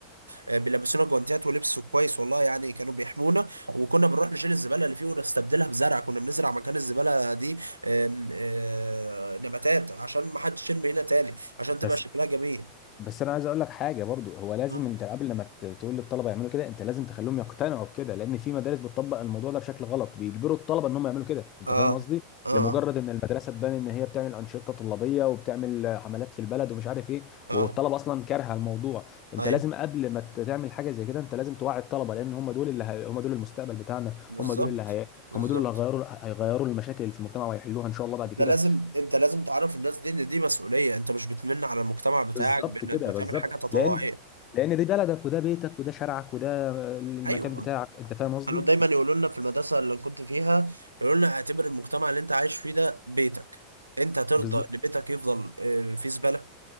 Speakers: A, on the right; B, on the left.
A: آه، بيلبسونا جوانتيات ولبس كويس والله يعني كانوا بيحمونا وكنا بنروح نشيل الزباله اللي فيه ونستبدلها بزرع كنا بنزرع مكان الزباله دي آم، آه، نباتات عشان ما حدش يرمي هنا تاني عشان تبقى
B: بس
A: شكلها جميل
B: بس انا عايز اقول لك حاجه برضو هو لازم
A: اه
B: انت قبل ما ت- تقول للطلبه يعملوا كده انت لازم تخليهم يقتنعوا بكده لان في مدارس بتطبق الموضوع ده بشكل غلط بيجبروا الطلبه ان هم يعملوا كده انت
A: اه
B: فاهم قصدي
A: اه,
B: لمجرد ان المدرسه تبان ان هي بتعمل انشطه طلابيه وبتعمل آه، حملات في البلد ومش عارف ايه
A: آه.
B: والطلبه اصلا كارهه الموضوع انت
A: ايوه
B: لازم قبل ما ت- تعمل حاجه زي كده انت لازم توعي الطلبه لان هم دول اللي هي... هم دول المستقبل بتاعنا
A: بالظبط
B: هم دول اللي هي...
A: بالظبط
B: هم دول اللي هيغيروا هيغيروا المشاكل اللي في المجتمع ويحلوها ان شاء الله بعد كده
A: ده لازم انت لازم تعرف الناس دي ان دي مسؤوليه انت مش بتمن على المجتمع بتاعك
B: بالظبط
A: بانك
B: كده
A: بتعمل
B: بالظبط
A: حاجه تطوعيه
B: لان لان دي بلدك وده بيتك وده شارعك وده المكان
A: ايوه
B: بتاعك انت فاهم قصدي
A: كانوا دايما يقولوا لنا في المدرسه اللي كنت فيها يقولوا لنا اعتبر المجتمع اللي انت عايش فيه ده بيتك انت ترضى
B: بالظ-
A: ان بيتك يفضل اه، فيه زباله